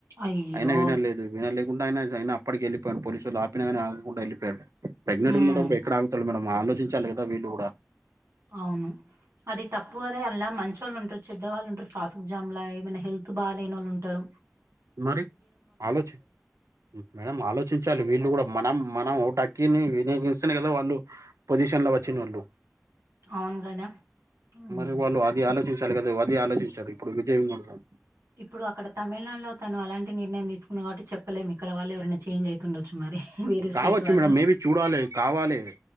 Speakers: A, on the right; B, on the right.
A: అయ్యో!
B: అయినా గూడ వినలేదు వినలేకుండా ఆయన అప్పటికి యెళ్ళిపోయిండు పోలీసులు ఆపినగాని ఆగకుండా యెళ్ళిపోయిండు ప్రెగ్నెంట్
A: హ్మ్.
B: ఉన్నప్పుడు ఎక్కడ ఆగుతాడు మేడమ్ ఆలోచించాలి కదా వీళ్ళు గూడా
A: అవును అది తప్పుగదా అల్లా మంచోళ్ళుంటరు చెడ్డవాళ్ళు ఉంటరు ట్రాఫిక్ జామ్ లా ఏమన్నా హెల్త్ బాగా లేనోళ్ళు ఉంటరు
B: మరి ఆలోచి మేడం ఆలోచించాలి వీళ్ళు గూడా మనం మనం ఓటు హక్కిని వినియోగిస్తనే గదా వాళ్ళు పొజిషన్ల వచ్చినోళ్ళు
A: అవును గదా హ్మ్.
B: మరి వాళ్ళు అది ఆలోచించాలి గదా అది ఆలోచించరు ఇప్పుడు విజయ్ ఉన్నోళ్ళు
A: ఇప్పుడు అక్కడ తమిళనాడులో తను అలాంటి నిర్ణయం దీసుకుండు గాబట్టి చెప్పలేము ఇక్కడ వాళ్ళ ఎవరైనా చేంజ్ అయితుండొచ్చు మరి వేరే స్టేట్
B: కావచ్చు
A: వాళ్ళు
B: మేడం మేబీ చూడాలి కావాలి